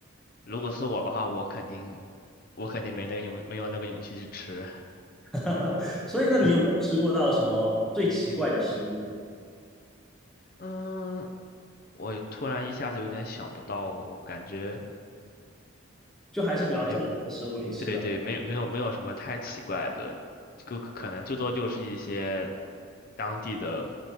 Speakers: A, on the left (about 45°); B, in the centre.
A: 如果是我的话，我肯定我肯定没那个勇，没有那个勇气去吃。
B: <laughs> 所以，那你有没有吃过到什么最奇怪的食物？
A: <laughs> 嗯，我突然一下子有点想不到，感觉
B: 就还是比较正常的食物，
A: 感觉
B: 你吃的。
A: 对对，没有没有没有什么太奇怪的，就可能最多就是一些当地的